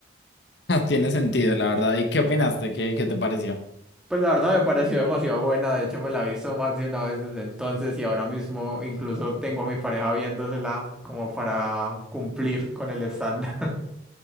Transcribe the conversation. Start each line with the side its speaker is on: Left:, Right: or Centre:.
Left: <laughs> tiene sentido, la verdad, ¿y qué opinaste? ¿Qué, qué te pareció?
Centre: Pues la verdad me pareció demasiado buena, de hecho me la he visto más de una vez desde entonces y ahora mismo incluso tengo a mi pareja viéndosela como para cumplir con el estándar.